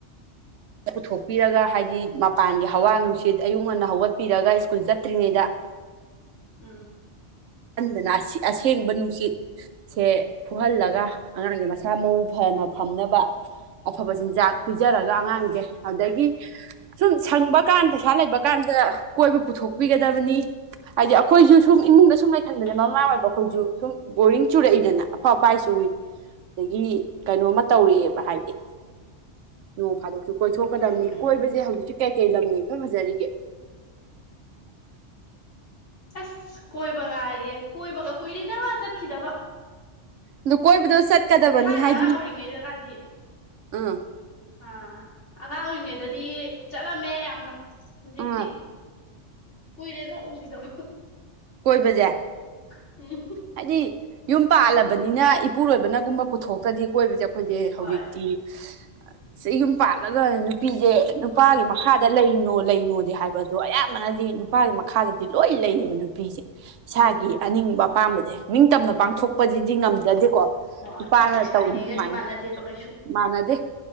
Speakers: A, on the right (about 80°); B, on the left (about 70°).
A: ꯄꯨꯊꯣꯛꯄꯤꯔꯒ ꯍꯥꯏꯗꯤ ꯃꯄꯥꯟꯒꯤ ꯍꯋꯥ ꯅꯨꯡꯁꯤꯠ ꯑꯌꯨꯛ ꯉꯟꯅ ꯍꯧꯒꯠꯄꯤꯔꯒ ꯁ꯭ꯀꯨꯜ ꯆꯠꯇ꯭ꯔꯤꯉꯩꯗ
B: ꯎꯝ
A: ꯍꯟꯗꯅ ꯑꯁꯤ ꯑꯁꯦꯡꯕ ꯅꯨꯡꯁꯤꯠ ꯁꯦ ꯐꯨꯍꯜꯂꯒ ꯑꯉꯥꯡꯁ‌ꯦ ꯃꯁꯥ ꯃꯎ ꯐꯅ ꯊꯝꯅꯕ ꯑꯐꯕ ꯆꯤꯟꯖꯥꯛ ꯄꯤꯖꯔꯒ ꯑꯉꯥꯡꯖ‌ꯦ
B: ꯎꯝ
A: ꯑꯗꯒꯤ ꯁꯨꯝ ꯁꯪꯕ ꯀꯥꯟ ꯄꯩꯁꯥ ꯂꯩꯕ ꯀꯥꯟꯗ ꯀꯣꯏꯕ ꯄꯨꯊꯣꯛꯄꯤꯒꯗꯕꯅꯤ ꯍꯥꯏꯗꯤ ꯑꯩꯈꯣꯏꯁꯨ ꯁꯨꯝ ꯏꯃꯨꯡꯗ ꯁꯨꯝ ꯍꯟꯕꯗ
B: ꯎꯝ
A: ꯃꯃꯥ‌ ꯑꯣꯏꯕ ꯑꯩꯈꯣꯏꯁꯨ ꯁꯨꯝ ꯕꯣꯔꯤꯡ ꯆꯨꯔꯛꯏꯗꯅ ꯑꯐꯛ ꯑꯐꯥꯏ ꯆꯨꯏ ꯑꯗꯒꯤ ꯀꯩꯅꯣꯝꯃ ꯇꯧꯔꯛꯑꯦꯕ ꯍꯥꯏꯕꯗꯤ ꯅꯣꯡ ꯐꯥꯗꯣꯛꯁꯨ ꯀꯣꯏꯊꯣꯛꯀꯗꯕꯅꯤ
B: ꯎꯝ
A: ꯀꯣꯏꯕ ꯖꯦ ꯍꯧꯖꯤꯛꯁꯦ ꯀꯩ ꯀꯩ ꯂꯝꯅ ꯏꯐ ꯐꯖꯔꯤꯒꯦ <inaudible>
B: ꯑꯁ ꯀꯣꯏꯕꯒꯌꯦ ꯀꯣꯏꯕꯒ ꯀꯨꯏꯔꯦꯗ ꯆꯠꯈꯤꯗꯕ
A: ꯑꯗꯨ ꯀꯣꯏꯕꯗꯣ ꯆꯠꯀꯗꯕꯅꯤ
B: ꯊꯥꯏꯅ
A: ꯍꯥꯏꯗꯤ
B: ꯑꯉꯥꯡ ꯑꯣꯏꯔꯤꯉꯩꯗꯒꯗꯤ
A: <inaudible> ꯑꯥ
B: ꯑꯥ ꯑꯉꯥꯡ ꯑꯣꯏꯔꯤꯉꯩꯗꯗꯤ ꯆꯠꯂꯝꯃꯦ ꯌꯥꯝꯅ ꯍꯨꯖꯤꯛꯇꯤ
A: ꯑꯥ
B: ꯀꯨꯏꯔꯦꯗ ꯎꯈꯤꯗꯕ
A: ꯀꯣꯏꯕꯖꯦ
B: <unintelligible>
A: ꯍꯥꯏꯗꯤ ꯌꯨꯝ ꯄꯥꯜꯂꯕꯅꯤꯅ ꯏꯄꯨꯔꯣꯏꯕꯅꯒꯨꯝꯕ ꯄꯨꯊꯣꯛꯇ꯭ꯔꯗꯤ ꯀꯣꯏꯕꯖ‌ꯦ ꯑꯩꯈꯣꯏꯖ‌ꯦ ꯍꯧꯖꯤꯛꯇꯤ
B: ꯍꯣꯏ
A: <unintelligible> ꯁꯤ ꯌꯨꯝ ꯄꯥꯜꯂꯒ ꯅꯨꯄꯤꯖ‌ꯦ ꯅꯨꯄꯥꯒꯤ
B: ꯃꯥꯅꯦ
A: ꯃꯈꯥꯗ
B: ꯃꯥꯅꯦ
A: ꯂꯩꯅꯣ ꯂꯩꯅꯣꯗꯤ ꯍꯥꯏꯕ ꯑꯗꯣ ꯑꯌꯥꯝꯕꯅꯗꯤ
B: ꯎꯝ
A: ꯅꯨꯄꯥꯒꯤ ꯃ ꯈꯥꯗꯗꯤ ꯂꯣꯏ ꯂꯩꯌꯦꯕ ꯅꯨꯄꯤꯁꯦ ꯏꯁꯥꯒꯤ
B: ꯎꯝ
A: ꯑꯅꯤꯡꯕ ꯑꯄꯥꯝꯕꯖ‌ꯦ ꯅꯤꯡꯇꯝꯅ ꯄꯥꯡꯊꯣꯛꯄꯖꯤꯗꯤ ꯉꯝꯖꯗꯦꯀꯣ
B: ꯍꯣꯏ
A: ꯅꯨꯄꯥꯅ
B: ꯂꯩꯁꯥꯔꯤꯉꯩꯒꯗꯤ
A: ꯇꯧꯅꯤ ꯁꯨꯃꯥꯏꯅ
B: ꯃꯥꯟꯅꯗꯦꯕ ꯀꯩꯁꯨ
A: ꯃꯥꯟꯅꯗꯦ